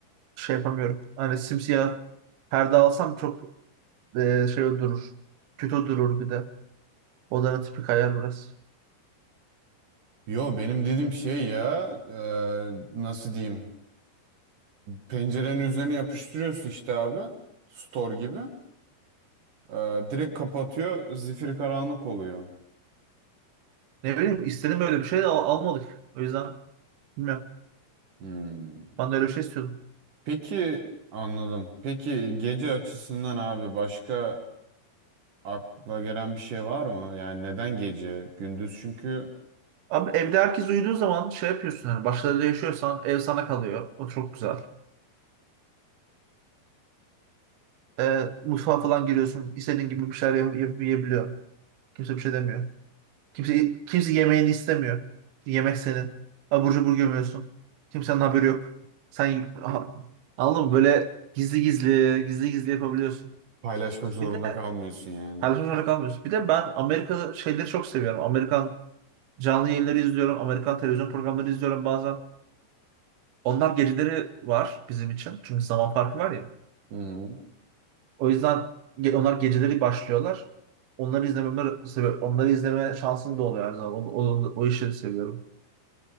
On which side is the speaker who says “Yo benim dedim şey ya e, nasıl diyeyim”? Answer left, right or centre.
Right